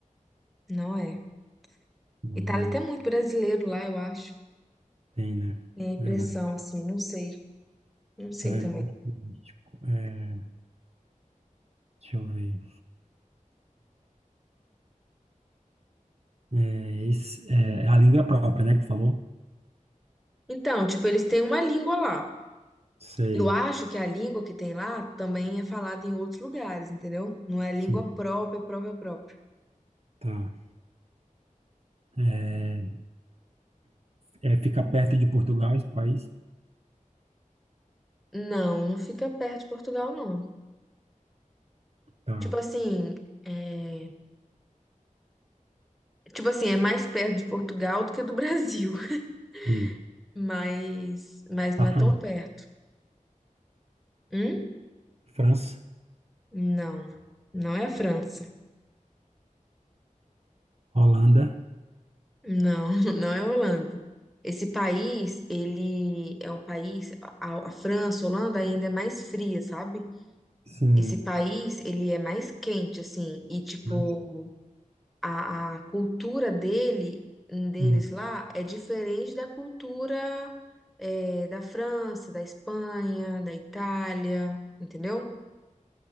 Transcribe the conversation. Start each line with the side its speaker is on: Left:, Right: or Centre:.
Centre: Não é.
Right: É,
Centre: Itália tem muito brasileiro lá, eu acho.
Right: tem, né?
Centre: Tem a impressão,
Right: Verdade.
Centre: assim, não sei, não sei
Right: Tá, é
Centre: também.
Right: muito turístico. É, deixa eu ver. É, é, esse, é a língua própria, né, que tu falou?
Centre: Então, tipo, eles têm uma língua lá.
Right: Sei.
Centre: Eu acho que a língua que tem lá também é falada em outros lugares, entendeu? Não é língua
Right: Sim,
Centre: própria, própria, própria.
Right: tá. É, é, fica perto de Portugal, esse país?
Centre: Não, não fica perto de Portugal, não.
Right: Tá.
Centre: Tipo assim, é... tipo assim, é mais perto de Portugal do que do Brasil,
Right: Hum.
Centre: <laughs> mas, mas não
Right: A
Centre: é
Right: Fran-
Centre: tão perto. Hum?
Right: França,
Centre: Não, não é a França.
Right: Holanda.
Centre: Não, <laughs> não é Holanda. Esse país, ele é um país, a, a França, Holanda ainda é mais fria, sabe?
Right: Sim.
Centre: Esse país, ele é mais quente, assim, e tipo,
Right: Mas,
Centre: a, a cultura dele, deles
Right: hum,
Centre: lá, é diferente da cultura é, da França, da Espanha, da Itália, entendeu?